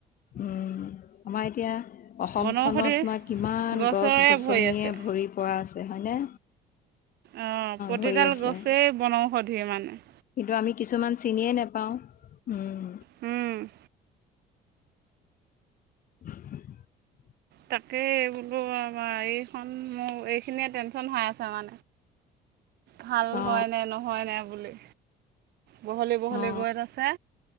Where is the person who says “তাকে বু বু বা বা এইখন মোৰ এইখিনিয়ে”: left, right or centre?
Right